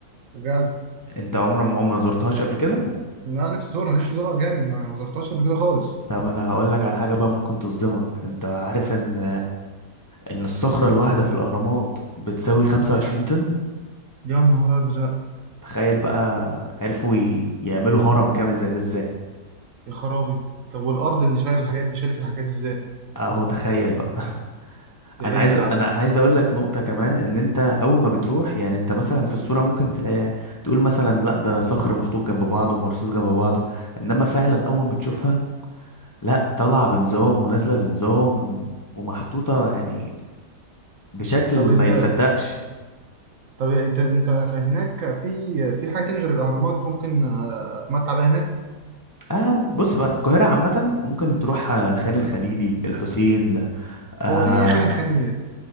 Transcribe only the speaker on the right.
بجد
انا نفسي ازورها نفسي ازورها جامد ما ما زرتهاش قبل كده خالص
يا نهار ازرق
يا خرابي طب والارض اللي شايل الحاجات دي شالت الحاجات ازاي
ده
ايه
يا جدع ده
طب ال
طب انت انت هناك في في حاجه تانية غير الاهرامات ممكن آه، اتمتع بيها هناك
هو في ايه خاني خانيه